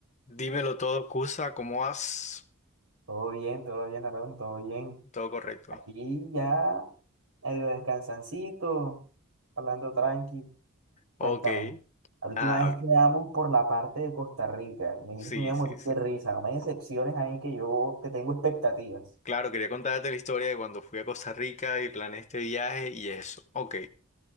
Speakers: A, on the left; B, on the right.
A: Dímelo todo, Cusa, ¿cómo vas?
B: Todo bien, todo bien, Aarón, todo bien.
A: Todo correcto.
B: Aquí ya medio descansancito, hablando tranqui. Cuéntame,
A: Ok.
B: la última
A: Ah,
B: vez quedamos por la parte de Costa Rica y me dijiste
A: sí,
B: que me iba a
A: sí,
B: morir
A: sí.
B: de risa. No me decepciones ahí que yo te tengo expectativas.
A: Claro, quería contarte la historia de cuando fui a Costa Rica y planeé este viaje y eso. Ok.